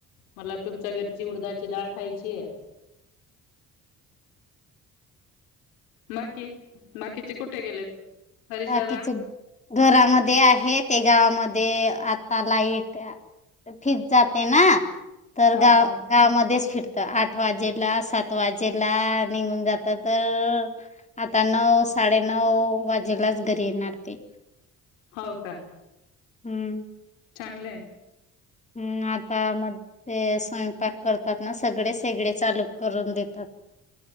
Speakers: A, on the left; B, on the left.
A: मला तुमच्या घरची उडदाची डाळ खायची आहे. बाकी बाकीचे कुठे गेलेत? हरीश
B: बाकीचे
A: दादा
B: घरामध्ये आहे ते गावामध्ये आता लाईट फिज जाते ना तर
A: हा
B: गाव
A: हा.
B: गावामध्येच फिरतात आठ वाजेला सात वाजेला निघून जात तर आता नऊ साडेनऊ वाजेलाच घरी येणार ते.
A: हो का
B: हम्म
A: चांगलंय.
B: हम्म आता मग ते स्वयंपाक करतात ना सगळे शेगडी चालू करून देतात.